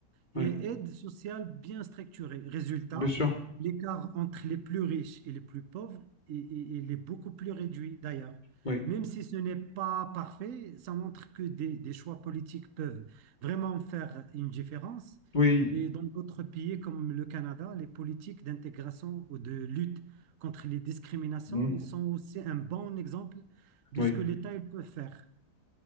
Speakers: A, on the right (about 65°); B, on the left (about 30°).
A: et
B: oui,
A: aide sociale bien structurée. Résultat,
B: bien sûr,
A: l'écart entre les plus riches et les plus pauvres, i- i- il est beaucoup plus réduit d'ailleurs.
B: oui,
A: Même si ce n'est pas parfait, ça montre que des, des choix politiques peuvent vraiment faire une différence.
B: oui,
A: Et dans d'autres pays comme le Canada, les politiques d'intégration ou de lutte contre les discriminations,
B: Mhm.
A: ils sont aussi un bon exemple de
B: oui,
A: ce que l'État il peut faire.